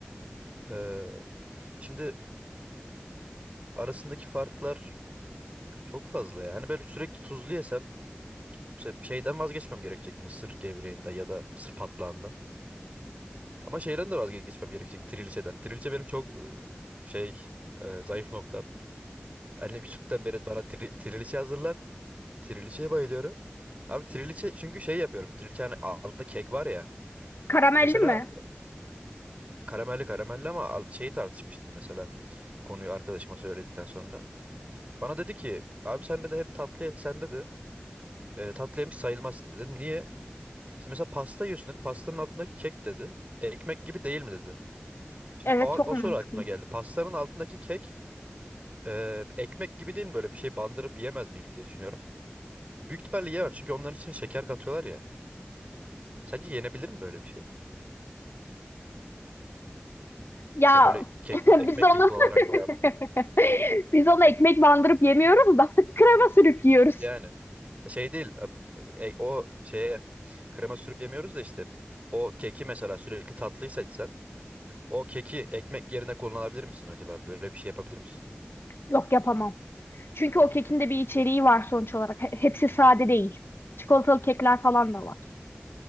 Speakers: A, on the right; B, on the left.
A: Ee, şimdi arasındaki farklar çok fazla ya. Hani böyle sürekli tuzlu yesem mesela şeyden vazgeçmem gerekecek mısır gevreğinden ya da mısır patlağından. Ama şeyden de vazgeçmem gerekecek trileçeden. Trileçe benim çok e, şey e, zayıf noktam. Annem küçükten beri bana tri, trileçe hazırlar. Trileçeye bayılıyorum. Abi trileçe çünkü şey yapıyorum. Trileçe hani altında kek var ya.
B: Karamelli
A: Mesela
B: mi?
A: Karamelli karamelli ama al- şeyi tartışmıştım mesela. Bu konuyu arkadaşıma söyledikten sonra. Bana dedi ki abi sen de hep tatlı ye sen dedi. E, tatlı yemiş sayılmazsın dedi. Dedim niye? İşte mesela pasta yiyorsun dedi. Pastanın altındaki kek dedi. Ekmek gibi değil mi dedi. Şimdi
B: Evet
A: o,
B: çok
A: o
B: mantıklı.
A: soru aklıma geldi. Pastanın altındaki kek e, ekmek gibi değil mi böyle bir şey bandırıp yiyemez miyim diye düşünüyorum. Büyük ihtimalle yiyemem çünkü onların içine şeker katıyorlar ya. Sence yenebilir mi böyle bir şey?
B: Ya
A: Ha böyle keki
B: <laughs>
A: ekmek
B: biz onu
A: gibi kullanarak devam etmek.
B: <laughs> biz onu ekmek bandırıp yemiyoruz da <laughs> krema sürüp yiyoruz.
A: Yani. Şey değil e, e, o şeye krema sürüp yemiyoruz da işte o keki mesela sürekli tatlıyı seçsen o keki ekmek yerine kullanabilir misin acaba? Böyle bir şey yapabilir misin?
B: Yok yapamam. Çünkü o kekin de bir içeriği var sonuç olarak. He- Hepsi sade değil. Çikolatalı kekler falan da var.